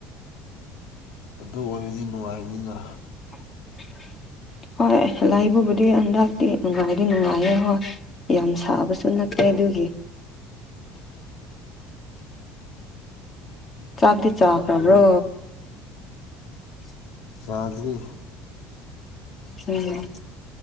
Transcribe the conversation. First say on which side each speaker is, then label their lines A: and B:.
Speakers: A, on the left (about 75°); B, on the left (about 20°).
A: ꯑꯗꯨ ꯑꯣꯏꯕꯗꯤ ꯅꯨꯡꯉꯥꯏꯕꯅꯤꯅ
B: <unintelligible> ꯍꯣꯏ ꯂꯥꯏꯕꯨꯕꯨꯗꯤ ꯍꯟꯗꯛꯇꯤ ꯅꯨꯡꯉꯥꯏꯗꯤ ꯅꯨꯡꯉꯥꯏꯌꯦꯦ ꯍꯣꯏ ꯌꯥꯝ ꯁꯥꯕꯁꯨ ꯅꯠꯇꯦ ꯀꯗꯨꯒꯦ ꯆꯥꯛꯇꯗꯤ ꯆꯥꯛ꯭ꯔꯣ
A: ꯍꯧꯖꯤꯛ ꯆꯥꯗꯕꯤ
B: ꯎꯝ